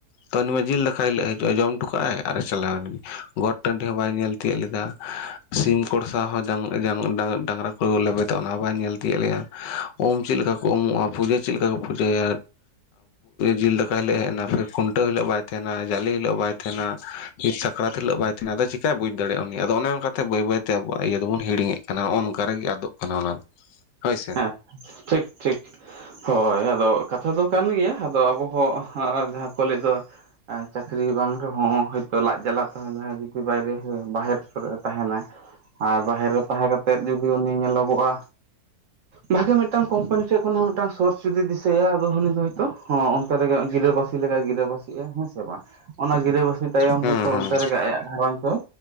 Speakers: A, on the left; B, on the right.
A: ᱛᱚ ᱩᱱᱤᱢᱟ ᱡᱤᱞ ᱫᱟᱠᱟ ᱦᱤᱞᱳᱜ ᱮ ᱦᱤᱡᱩᱜᱼᱟ ᱡᱚᱢᱴᱚ ᱠᱟᱜᱼᱟᱭ ᱟᱨ ᱮ ᱪᱟᱞᱟᱣᱮᱱ ᱜᱤ ᱜᱚᱴ ᱴᱟᱺᱰᱤ ᱦᱚᱸ ᱵᱟᱭ ᱧᱮᱞ ᱛᱤᱭᱳᱜ ᱞᱮᱫᱟ ᱥᱤᱢ ᱠᱚᱲᱥᱟ ᱦᱚᱸ ᱰᱟᱝ ᱡᱟᱝ ᱰᱟᱝ ᱰᱟᱝᱨᱟ ᱠᱚ ᱞᱮᱵᱮᱫ ᱚᱜ ᱚᱱᱟ ᱦᱚ ᱵᱟᱭ ᱧᱮᱞ ᱛᱤᱭᱳᱜ ᱞᱮᱭᱟ ᱩᱢ ᱪᱮᱫ ᱞᱮᱠᱟ ᱩᱢᱩᱜᱼᱟ ᱯᱩᱡᱟᱹ ᱪᱮᱫ ᱞᱮᱠᱟ ᱠᱚ ᱯᱩᱡᱟᱹᱭᱟ ᱡᱤᱞ ᱫᱟᱠᱟ ᱦᱤᱞᱟᱜ ᱮ ᱦᱮᱡ ᱱᱟ ᱯᱷᱮᱨ ᱠᱷᱩᱱ ᱴᱟᱹ ᱦᱤᱞᱳᱜ ᱵᱟᱭ ᱛᱟᱦᱮᱸᱱᱟ ᱡᱟᱞᱮ ᱦᱤᱞᱳᱜ ᱵᱟᱭ ᱛᱟᱦᱮᱸᱱᱟ ᱦᱤᱛ ᱥᱟᱠᱨᱟᱛ ᱦᱤᱞᱳᱜ ᱵᱟᱭ ᱛᱟᱦᱮᱸᱱᱟ ᱟᱫᱚ ᱪᱤ ᱪᱮᱠᱟ ᱵᱩᱡᱽ ᱫᱟᱲᱮᱭᱟᱜᱼᱟ ᱩᱱᱤ ᱟᱫᱚ ᱚᱱᱮ ᱚᱱᱮᱚᱝᱠᱟ ᱛᱮ ᱵᱟᱹᱭ ᱵᱟᱹᱭᱛᱮᱹ ᱟᱵᱚᱣᱟᱜ ᱤᱭᱳ ᱫᱚᱵᱚᱱ ᱦᱤᱲᱤᱧᱮᱫ ᱠᱟᱱᱟ ᱱᱤᱭᱮ ᱱᱚᱝᱠᱟ ᱨᱮᱜᱮ ᱟᱫᱚᱜ ᱠᱟᱱᱟ ᱚᱱᱟ᱾ ᱦᱳᱭ ᱥᱮ
B: ᱦᱮᱸ ᱴᱷᱤᱠ ᱴᱷᱤᱠ ᱦᱳᱭ ᱟᱫᱚ ᱠᱟᱛᱷᱟ ᱫᱚ ᱠᱟᱱ ᱜᱮᱭᱟ ᱟᱫᱚ ᱟᱵᱚᱦᱚ ᱦᱚᱸ ᱡᱟᱦᱟᱸ ᱠᱚ ᱞᱟᱹᱭ ᱫᱚ ᱪᱟᱹᱠᱨᱤ ᱵᱟᱝ ᱨᱮᱦᱚᱸ ᱦᱚᱳᱭᱛᱳ ᱞᱟᱡ ᱡᱟᱞᱟ ᱛᱮᱦᱚᱸ ᱡᱟᱦᱟᱸᱭ ᱡᱩᱫᱤ ᱵᱟᱭᱨᱮ ᱵᱟᱦᱮᱨ ᱠᱚᱨᱮᱫᱽ ᱮ ᱛᱟᱦᱮᱸᱱᱟ ᱟᱨ ᱵᱟᱦᱮᱨᱮ ᱨᱮ ᱛᱟᱦᱮᱸ ᱠᱟᱛᱮᱫ ᱡᱩᱫᱤ ᱩᱱᱤ ᱧᱮᱞᱚᱜᱚᱜᱼᱟ, ᱵᱷᱟᱜᱮ ᱢᱤᱫᱴᱟᱝ ᱠᱳᱢᱯᱟᱱᱤ ᱥᱮᱫ ᱠᱷᱚᱱ ᱦᱚᱸ ᱢᱤᱫᱴᱟᱝ ᱥᱳᱨᱥ ᱡᱩᱫᱤ ᱫᱤᱥᱟᱹᱭᱟ ᱟᱫᱚ ᱦᱟᱹᱱᱤ ᱫᱚ ᱦᱚᱭᱛᱚ ᱦᱚᱸ ᱚᱱᱛᱮ ᱨᱮᱜᱮ ᱜᱤᱨᱟᱹᱵᱟᱹᱥᱤ ᱞᱮ ᱞᱮᱠᱟ ᱜᱤᱨᱟᱹ ᱵᱟᱥᱤᱜᱼᱟ ᱦᱮᱸ ᱥᱮ ᱵᱟᱝ ᱚᱱᱟ ᱜᱤᱨᱟᱹ ᱵᱟᱹᱥᱤ ᱛᱟᱭᱚᱢ
A: ᱦᱩᱸ
B: ᱦᱚᱭᱛᱳ
A: ᱦᱩᱸ
B: ᱚᱱᱛᱮ ᱨᱮᱜᱮ ᱟᱭᱟᱜ ᱜᱷᱟᱨᱚᱱᱪ ᱫᱚᱭ